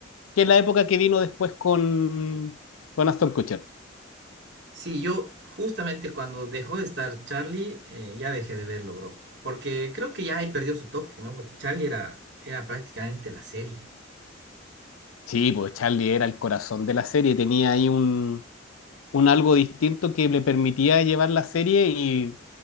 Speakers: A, on the left (about 85°); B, on the right (about 55°).
A: que la época que vino después con, con Aston Kutcher.
B: Sí, yo justamente cuando dejó de estar Charlie, eh, ya dejé de verlo, bro. Porque creo que ya ahí perdió su toque, ¿no? Porque Charlie era, era prácticamente la serie.
A: Sí, pues Charlie era el corazón de la serie, tenía ahí un, un algo distinto que le permitía llevar la serie y